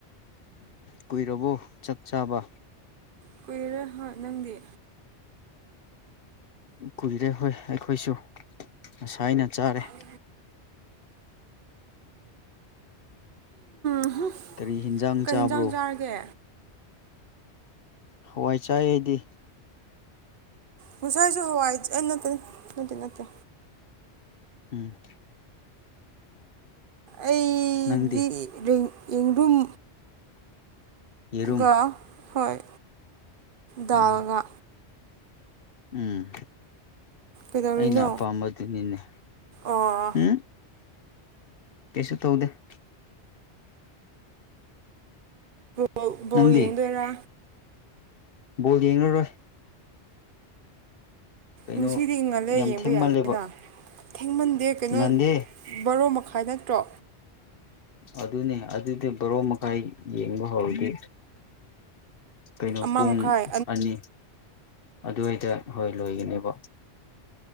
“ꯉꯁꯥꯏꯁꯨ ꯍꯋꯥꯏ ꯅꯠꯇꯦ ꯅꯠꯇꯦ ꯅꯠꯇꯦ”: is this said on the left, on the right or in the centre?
Right